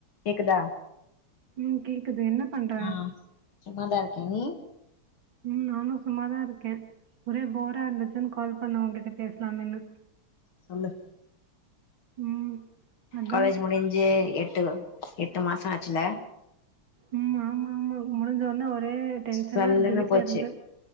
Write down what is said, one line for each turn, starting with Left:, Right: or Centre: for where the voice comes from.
Left: கேக்குதா
Right: ம் கேக்குது என்ன பண்ற
Left: ஆ சும்மாதா இருக்கே நீ
Right: ம் நானு சும்மாதா இருக்கே ஒரே போரா இர்ந்துச்சுன் கால் பண்ண ஒங்கிட்ட பேஸ்லாமேன்னு
Left: சொல்லு
Right: ம் அதா
Left: காலேஜ் முடிஞ்சி எ ட்டு எட்டு மாசோ ஆச்சுல்ல
Right: ம் ஆமா ஆமா முடிஞ்சொன்னே ஒரே டென்ஷனா
Left: சல்லுன்னு
Right: இருக்கு வீட்ல
Left: போச்சு
Right: இருந்து